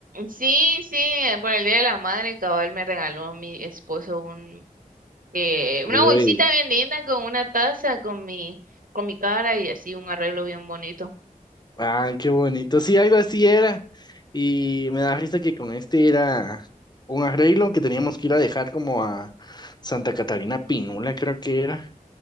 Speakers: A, on the right; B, on the left.
A: Sí, sí, eh, por el Día de la Madre, cabal me regaló mi esposo un, eh, una
B: Uy,
A: bolsita bien linda con una taza con mi, con mi cara y así un arreglo bien bonito.
B: Ah, qué bonito. Sí, algo así era. Y me da risa que con este era un arreglo que teníamos que ir a dejar como a Santa Catarina Pinula, creo que era.